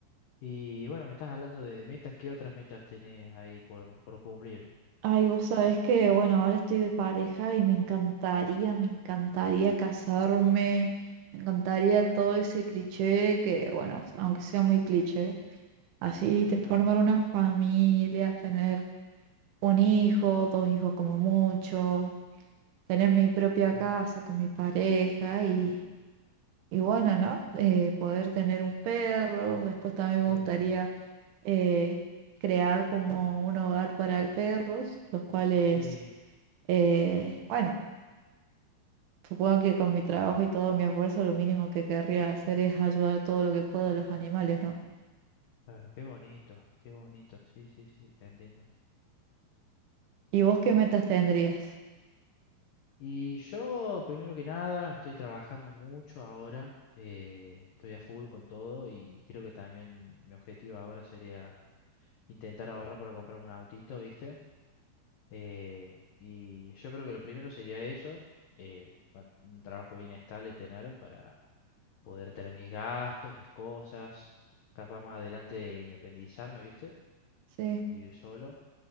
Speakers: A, on the left; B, on the right.
A: Y bueno, me estás hablando de metas. ¿Qué otras metas tenés ahí por, por cumplir?
B: Ay, vos sabés que, bueno, ahora estoy de pareja y me encantaría, me encantaría casarme, me encantaría todo ese cliché que, bueno, aunque sea muy cliché, así te
A: Claro,
B: formar una familia, tener un hijo, dos hijos como mucho, tener mi propia
A: claro,
B: casa con mi pareja y y bueno, ¿no? Eh, poder tener un perro, después también
A: qué
B: me gustaría
A: bonito.
B: eh, crear como un hogar para perros, los cuales,
A: Sí,
B: eh, bueno, supongo que con mi trabajo y todo mi esfuerzo lo mínimo que querría hacer es ayudar todo lo que puedo a los animales, ¿no?
A: claro, qué bonito, qué bonito. Sí, sí, sí, te entiendo.
B: ¿Y vos qué metas tendrías?
A: Y yo, primero que nada, estoy trabajando mucho ahora, eh, estoy a full con todo y creo que también mi objetivo ahora sería intentar ahorrar para comprar un autito, ¿viste? Eh, y yo creo que lo primero sería eso, eh, ma- un trabajo bien estable tener para poder tener mis gastos, mis cosas, capaz más adelante de independizarme, ¿viste?
B: Sí,
A: Vivir solo.